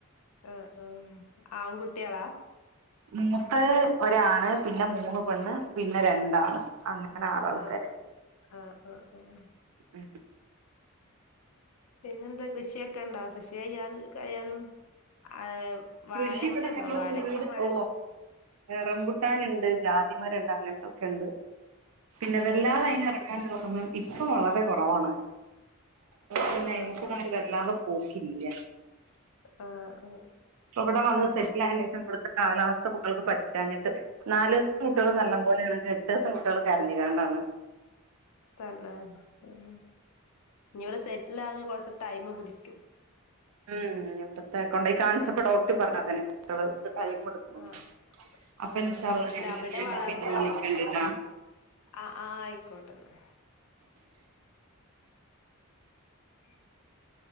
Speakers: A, on the left; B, on the right.
A: ആഹ് ആഹ് ആൺകുട്ടികളാ
B: മൂത്തത് ഒരാണ് പിന്നെ മൂന്ന് പെണ്ണ് പിന്നെ രണ്ടാണ് അങ്ങനെ അങ്ങനെ ആറ് ആൾക്കാര്
A: ആഹ് ആഹ് ആഹ് ആഹ്
B: ഉം
A: പിന്നെന്താ കൃഷിയൊക്കെ ഇണ്ടാ കൃഷി് കൊയ്യാനും ആഹ് വാഴൊക്കെ
B: കൃഷി ഇവിടെ
A: ഉണ്ടോ
B: ഞങ്ങൾ
A: വാഴൊക്കെ
B: വീട്
A: മഴ
B: ഓ റംപുട്ടാനുണ്ട് ജാതി ണ്ട് അങ്ങനത്തൊക്കെ ഉണ്ട് പിന്നെ വല്ലാതെ
A: ആഹ്
B: അയിന് ള്ള സമയം ഇപ്പ വളരെ കുറവാണ് പിന്നെ
A: ആഹ്
B: അയ്മക്ക് ഇങ്ങന്നെ വല്ലാതെ പോക്കില്ല
A: ആഹ് ഉം
B: ഇവടെ വന്ന് സെറ്റിലായേനേഷം ഇവട്ത്തെ കാലാവസ്ഥ കുട്ട്യള്ക്ക് പറ്റാഞ്ഞിട്ട് നാല് കുട്ട്യള്
A: ആഹ്
B: നല്ല പോലൊണെങ്കി എട്ടോസം കുട്ട്യള് കരഞ്ഞ്ങ്ങാണ്ടാണ്
A: തന്നെ ഉം ഇഞ്ഞ് ഇവടെ സെറ്റിലാകാൻ കൊറച്ച് ടൈമ് പിടിക്കും
B: ഉം ഇവടത്തെ കൊണ്ടേയി കാണിച്ചപ്പോ
A: ആഹ്
B: ഡോക്ടർ പറഞ്ഞ് അതന്നെ കുട്ടിയള് ശ്ര ടൈമ് ഇട്ക്കും
A: ആഹ്
B: അപ്പ
A: ആഹ്
B: ഇൻഷാ
A: ആഹ്
B: അല്ലാഹ്
A: അല്ല അവിടെ വളർന്ന്
B: ഞങ്ങള് <unintelligible> വിളിക്കണ്ട്ട്ടോ
A: ആഹ് ആഹ് ആയിക്കോട്ടെന്നാ ഉ